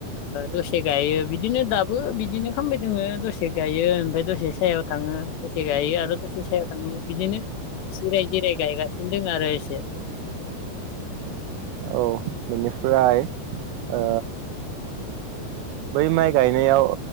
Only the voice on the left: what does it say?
दसे गायो बिदिनो दाबो बिदिनो खालामामबाय दोङो दसे गायो ओमफ्राय दसे सायाव थाङो गोसे गायो आरो से सायाव थांनानै बिदिनो जिराय जिराय गायगासिन द आरो एसे